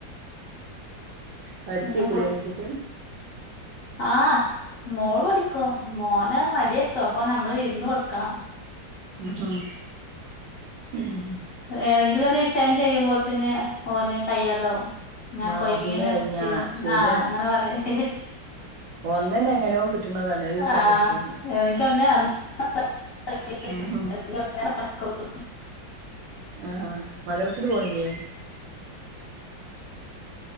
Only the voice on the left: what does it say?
പിന്നെ
ഫു ആഹ് മോള് പഠിക്കും മോന് മടിയായിരിക്കും അപ്പൊ നമ്മള് ഇരുന്ന് കൊടു ക്കണം
ഏതെങ്കിലും ഒരു വിഷയം ചെയ്യുമ്പോത്തേന് ഓന് കയ്യാതാവും ഞാൻ
കൊയങ്ങീന്ന്
ഷീണിച്ചെന്ന്
ആഹ് അങ്ങനെ പറയും
ആഹ്
എനിക്ക് തന്നെ <unintelligible>